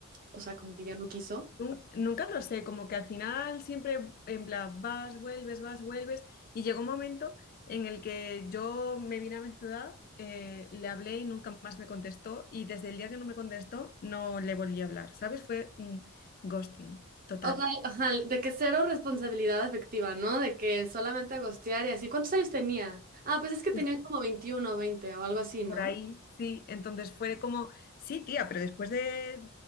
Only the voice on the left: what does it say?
Nun- Nunca lo sé, como que al final siempre en plan vas, vuelves, vas, vuelves. Y llegó un momento en el que yo me vine a mi ciudad, eh, le hablé y nunca más me contestó. Y desde el día que no me contestó, no le volví a hablar, ¿sabes? Fue un ghosting total.
Pues
por ahí, sí. Entonces fue como, sí, tía, pero después de